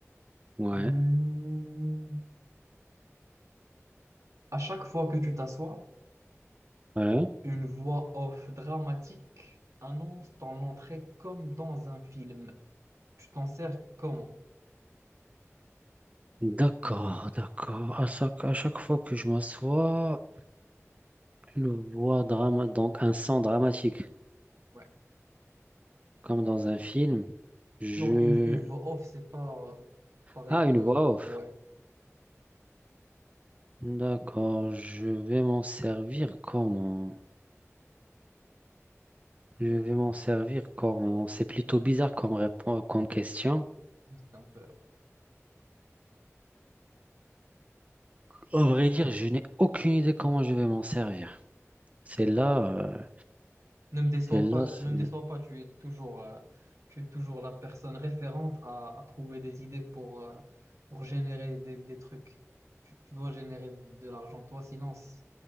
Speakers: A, on the right; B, on the right.
A: ouais,
B: Hmm. À chaque fois que tu t'assois,
A: ouais.
B: une voix off dramatique annonce ton entrée comme dans un film. Tu t'en sers comment?
A: D'accord, d'accord. À chaque, à chaque fois que je m'assois, une voix drama... Donc, un son dramatique,
B: Ouais.
A: comme dans un film. Je...
B: Non, une, une voix off, c'est pas euh, pareil
A: Ah,
B: que.
A: une voix off.
B: Ouais,
A: D'accord, je vais m'en servir comment? Je vais m'en servir comment? C'est plutôt bizarre comme réponse, comme question.
B: juste un peu.
A: Au vrai dire, je n'ai aucune idée comment je vais m'en servir. C'est là, euh,
B: Ne me déçois
A: c'est là.
B: pas,
A: c'est-
B: ne me déçois pas, tu es toujours, euh, tu es toujours la personne référente à, à trouver des idées pour, euh, pour générer des, des trucs. Tu, tu dois générer de l'argent, toi, sinon, si-